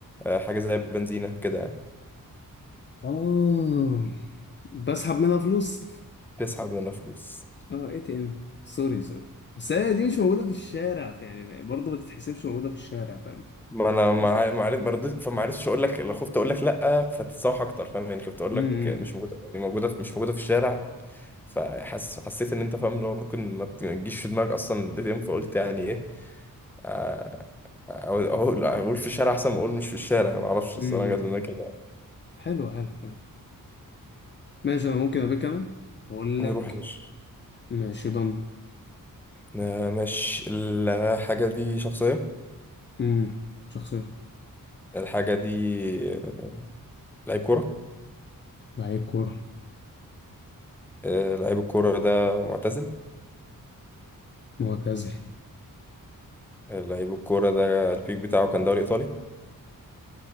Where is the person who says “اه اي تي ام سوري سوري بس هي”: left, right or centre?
Left